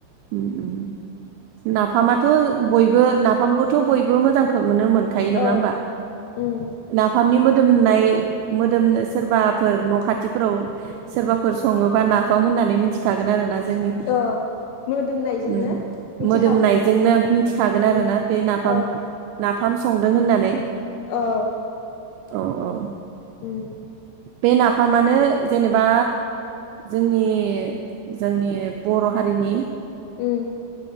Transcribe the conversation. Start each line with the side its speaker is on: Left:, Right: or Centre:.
Right: ओम ओम नाफामाथ' बयबो नाफामखौथ' बयबो मोजांखौ मोनो मोनखायो नङा
Left: औ
Right: होमबा
Left: उम
Right: नाफामनि मोदोमनाय मोदोमनो सोरबाफोर न' खाथिफोराव सोरबाफोर सङोबा नाफाम होननानै मिथिखागोन आरोना जोंनि
Left: औ मोदोमनायजोंनो
Right: ओम
Left: मिथिखागोन
Right: मोदोमनायजोंनो
Left: आरो
Right: मिथिखागोन
Left: उम
Right: आरो ना बे नाफाम
Left: ओ
Right: नाफाम संदों होननानै
Left: ओ
Right: औ औ
Left: उम
Right: बे नाफामानो जेनेबा जोंनि जोंनि बर' हारिनि
Left: उम